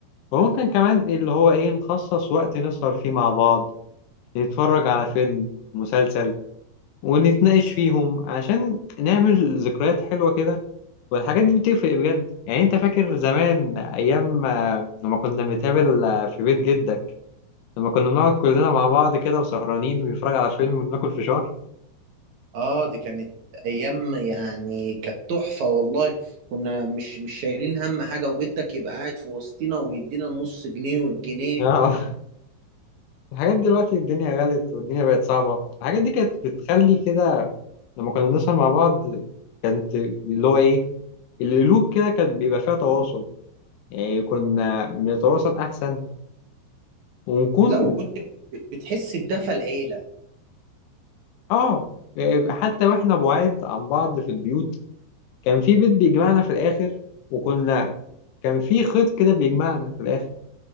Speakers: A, on the left; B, on the right.
A: وممكن كمان اللي هو ايه نخصص وقت نسهر فيه مع بعض نتفرج على فيلم مسلسل ونتناقش فيهم عشان نعمل ذكريات حلوة كده والحاجات دي بتفرق بجد يعني انت فاكر زمان ايام آه، لما كنا بنتقابل آه، في بيت جدك لما كنا بنقعد كلنا مع بعض كده وسهرانين بنتفرج على فيلم وبناكل فشار
B: اه دي كانت ايام يعني كانت تحفه والله كنا مش مش شايلين هم حاجه وجدك يبقى قاعد في وسطنا ويدينا النص جنيه والجنيه
A: اه <laughs> الحاجات دلوقتي الدنيا غلت والدنيا بقت صعبة الحاجات دي كانت بتخلي كده لما كنا بنسهر مع بعض كانت اللي هو ايه القلوب كده كانت بيبقى فيها تواصل يعني كنا بنتواصل احسن ونكون
B: لا وكنت بتحس بدفى العيله
A: اه إيه، حتى واحنا بعاد عن بعض في البيوت كان في بيت بيجمعنا في الاخر وكنا كان في خيط كده بيجمعنا في الاخر